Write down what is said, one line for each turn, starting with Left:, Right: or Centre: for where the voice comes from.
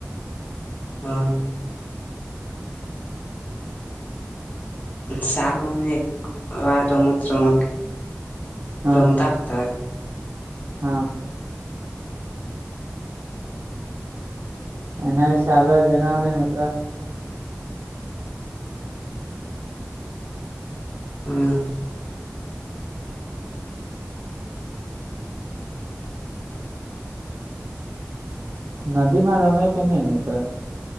Left: હા સાળામે એક વાર રમત રમત
Right: હા
Left: રમતા હતા
Right: હા એના વિશે આગળ જણાવો ને ત્ર
Left: હમ
Right: નદી માં રમે કે ન એમ ક